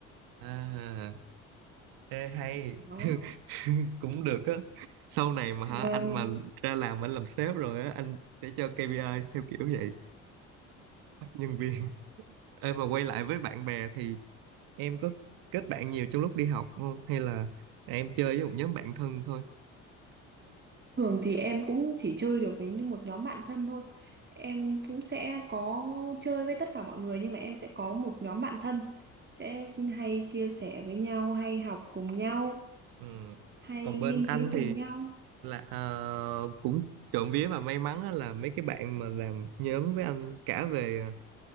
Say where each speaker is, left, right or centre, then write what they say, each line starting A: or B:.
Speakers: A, on the right (about 70°); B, on the right (about 30°).
A: à ê hay
B: Đó.
A: <laughs> cũng được á sau này mà
B: vâng
A: hả anh mà ra làm anh làm sếp rồi á anh sẽ cho KPI theo kiểu vậy bắt nhân viên ê mà quay lại với bạn bè thì em có kết bạn nhiều trong lúc đi học không hay là em chơi với một nhóm bạn thân thôi
B: Thường thì em cũng chỉ chơi được với như một nhóm bạn thân thôi. Em cũng sẽ có chơi với tất cả mọi người nhưng mà em sẽ có một nhóm bạn thân sẽ hay chia sẻ với nhau, hay học cùng nhau,
A: ừ.
B: hay
A: còn
B: nghiên
A: bên anh
B: cứu cùng
A: thì
B: nhau.
A: là ờ, cũng trộm vía và may mắn á là mấy cái bạn mà làm nhóm với anh cả về